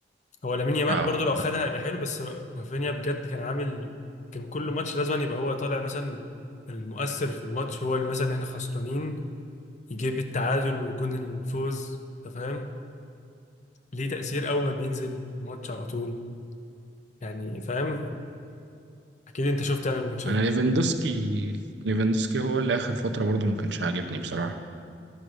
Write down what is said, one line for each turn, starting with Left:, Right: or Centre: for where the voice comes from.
Left: هو لامين يامال
Right: اه
Left: برضه لو خدها هيبقى حلو بس رافينيا بجد كان عامل كان كل ماتش لازم يبقى هو طالع مثلا المؤثر في الماتش هو اللي مثلا إحنا خسرانين يجيب التعادل وجون الفوز انت فاهم ليه تأثير اول ما بينزل الماتش على طول يعني فاهم اكيد انت شفت يعني الماتشات
Right: انا
Left: دي
Right: ليفاندوسكي ليفاندوسكي هو اللي اخر فترة برضو ما كانش عاجبني بصراحة